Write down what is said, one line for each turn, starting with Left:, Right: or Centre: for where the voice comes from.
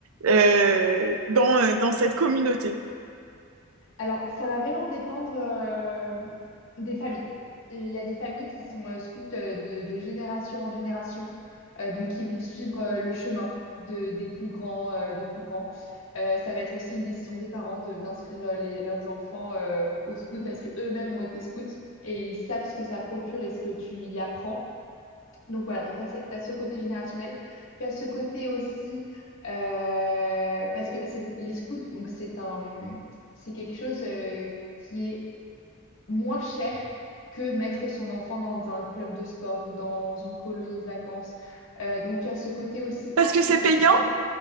Right: euh, dans, euh, dans cette communauté?
Left: Alors, ça va vraiment dépendre euh, des familles. Et Il y a des familles qui sont euh, scouts euh, de, de génération en génération, euh, donc qui vont suivre euh, le chemin de, des plus grands, euh, des plus grands. Euh, ça va être aussi une décision des parents de- d'inscrire euh, les- leurs enfants euh, au scout parce que eux-mêmes ont été scouts et ils savent ce que ça procure et ce que tu y apprends. Donc voilà, donc tu as, ce côté générationnel. Tu as ce côté aussi, euh, parce que c'est- les scouts, donc c'est un, c'est quelque chose euh, qui est moins cher que mettre son enfant dans un club de sport ou dans une colonie de vacances. Euh, donc tu as ce côté aussi
Right: Parce
Left: accessible,
Right: que c'est payant?